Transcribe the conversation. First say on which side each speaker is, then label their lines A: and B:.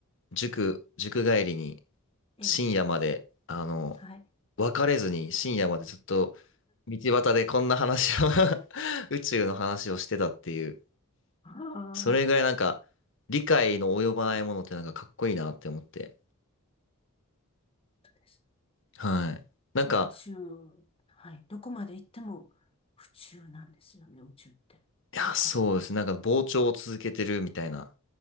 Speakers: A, on the left (about 55°); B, on the left (about 25°).
A: 塾、塾帰りに
B: ええ、
A: 深夜まで、あの、
B: はい。
A: 別れずに深夜までずっと道端でこんな話を <laughs> 宇宙の話をしてたっていう、
B: ああ、
A: それぐらいなんか、理解の及ばないものってなんかかっこいいなって思って。
B: です
A: はい。なんか、
B: 宇宙。はい。どこまで行っても宇宙なんですよね、宇宙って。
A: いや、
B: とか。
A: そうですね。なんか膨張を続けてるみたいな。